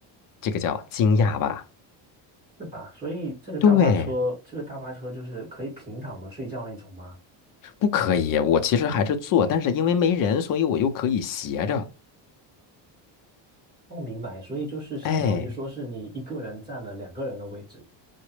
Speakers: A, on the left (about 45°); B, on the right (about 20°).
A: 这个叫惊讶吧。
B: 是吧？所以这个大巴车，
A: 对，
B: 这个大巴车就是可以平躺着睡觉那种吗？
A: 不可以，我其实还是坐，但是因为没人，所以我又可以斜着。
B: 哦，明白。所以就是相当于说是你一个人占了两个人的位置
A: 哎。